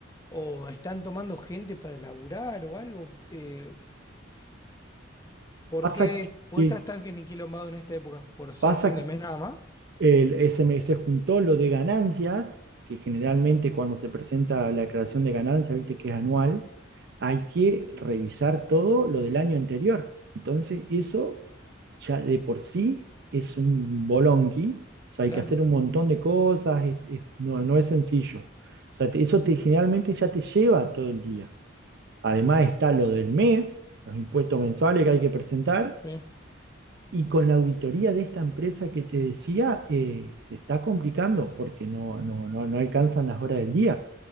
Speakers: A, on the left; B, on the right.
A: ¿O están tomando gente para laburar o algo? Eh, ¿por
B: Pasa,
A: qué,
B: que-
A: es- por
B: sí,
A: qué estás tan enquilombado en esta época? ¿Por ser
B: pasa
A: fin de mes nada más?
B: El SMS juntó lo de ganancias, que generalmente cuando se presenta la declaración de ganancias, viste que es anual, hay que revisar todo lo del año anterior. Entonces, eso ya de por sí es un bolonqui, o sea,
A: Claro,
B: hay que hacer un montón de cosas, es- es- no, no es sencillo. O sea, te- eso te, generalmente ya te lleva todo el día. Además está lo del mes, los impuestos mensuales que hay que presentar,
A: Sí.
B: y con la auditoría de esta empresa que te decía, eh, se está complicando porque no, no, no, no alcanzan las horas del día.